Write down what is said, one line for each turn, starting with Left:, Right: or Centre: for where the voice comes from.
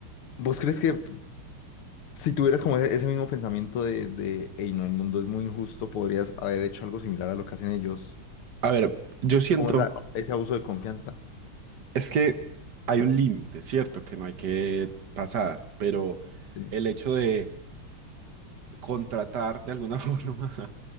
Left: ¿Vos crees que si tuvieras como ese, ese mismo pensamiento de, de, hey, no, el mundo es muy injusto, podrías haber hecho algo similar a lo que hacen ellos?
Right: A ver, yo siento,
Left: Como esa- ese abuso de confianza,
Right: es que hay un límite, ¿cierto? Que no hay que pasar, pero
Left: ¿sí?
Right: el hecho de contratar de alguna <laughs> forma